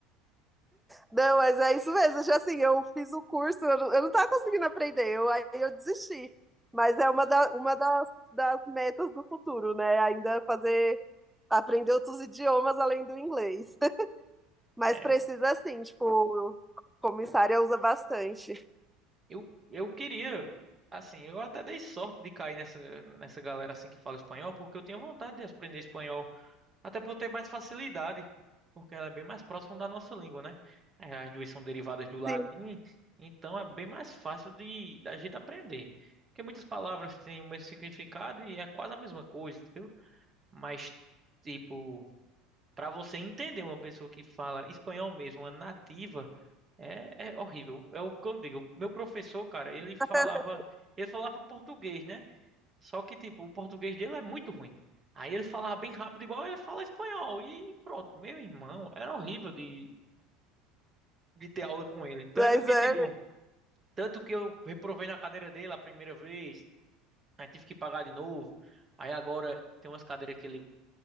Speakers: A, in the centre; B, on the right.
A: Não, mas é isso mesmo. Já assim, eu fiz o curso, eu não, eu não tava conseguindo aprender, eu, aí eu desisti. Mas é uma, da, uma das, das metas do futuro, né? Ainda fazer, aprender outros idiomas além do inglês. <laughs> Mas
B: É,
A: precisa
B: eu,
A: assim, tipo, comissária usa bastante.
B: eu, eu queria, assim, eu até dei sorte de cair nessa, nessa galera assim que fala espanhol, porque eu tinha vontade de aprender espanhol. Até por ter mais facilidade, porque ela é bem mais próxima da nossa língua, né? É, As duas são derivadas do latim,
A: Sim,
B: então é bem mais fácil de da gente aprender. Porque muitas palavras têm o mesmo significado e é quase a mesma coisa, entendeu? Mas, tipo, para você entender uma pessoa que fala espanhol mesmo, uma nativa, é, é horrível. É o que eu digo. Meu professor, cara, ele falava,
A: <laughs>
B: ele falava português, né? Só que, tipo, o português dele é muito ruim. Aí ele falava bem rápido, igual ele fala espanhol. E pronto, meu irmão, era horrível de, de ter aula com ele. Tanto
A: mas
B: que,
A: é,
B: tipo, tanto que eu reprovei na cadeira dele a primeira vez, aí tive que pagar de novo. Aí agora tem umas cadeiras que ele